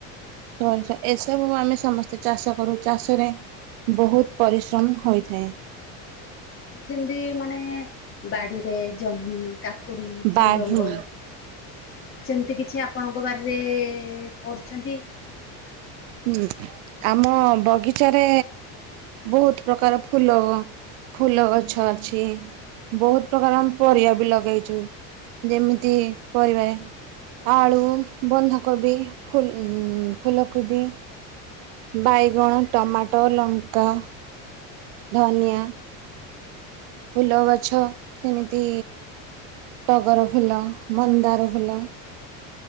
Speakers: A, on the right; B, on the left.
A: ସୋରିଷ ଏସବୁ ଆମେ ସମସ୍ତେ ଚାଷ କରୁ ଚାଷରେ। ବହୁତ ପରିଶ୍ରମ ହୋଇଥାଏ।
B: ଏ ଯେମିତି ମାନେ ବାଡିରେ ଜହ୍ନି କାକୁଡି, ଝୁଡଙ୍ଗ।
A: ବା ହୁଁ
B: ସେମିତି କିଛି ଆପଣଙ୍କ ବାରିରେ କରୁଛନ୍ତି?
A: ହୁଁ ଆମ ବଗିଚାରେ ବହୁତ ପ୍ରକାର ଫୁଲ। ଫୁଲ ଗଛ ଅଛି, ବହୁତ ପ୍ରକାର ଆମେ ପରିବା ବି ଲଗେଇଛୁ। ଯେମିତି ପରିବାରେ ଆଳୁ, ବନ୍ଧକୋବି, ଫୁଲ ଫୁଲକୋବି। ବାଇଗଣ, ଟମାଟୋ, ଲଙ୍କା। ଧନିଆ। ଫୁଲ ଗଛ ସେମିତି ଟଗର ଫୁଲ, ମନ୍ଦାର ଫୁଲ